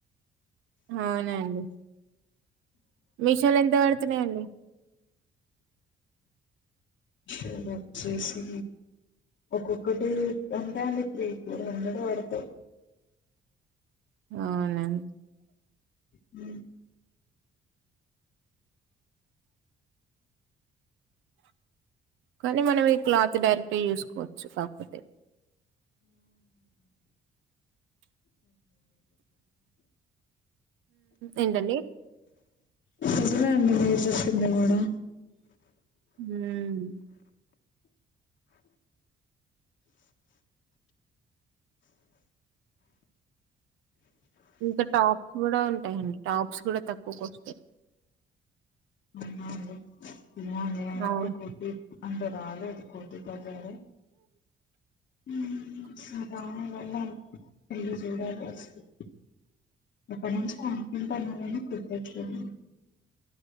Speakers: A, on the right; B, on the left.
A: అవునండి మీషోలు ఎంత పేడుతున్నఏది
B: శ బ చేసి ఒక్కొక్కటి ఎంతఅండి త్రీ ఫోర్ హండ్రెడ్ పడతాయి
A: అవునా
B: హ
A: కానీ మనం ఈ క్లాత్ డైరెక్ట్గా యూసుకోవచ్చు కాకపోతే ఏంటండి
B: ఇదిలాడి మీరు చెప్పింది కూడా
A: హ్మ్ ఇంకా టాప్స్ కూడా ఉంటాయండి టాప్స్ కూడా తక్కువకు వస్తాయి
B: ఉండి ఇడిన ఎప్పుడు
A: అవును
B: కోటి అంటే రాలే అది కోటి పగారే హ్మ్ సరా <unintelligible> ఇక్కడ నుంచి ఆపిం పనాలని ప్రిపరేట్ చేయయండి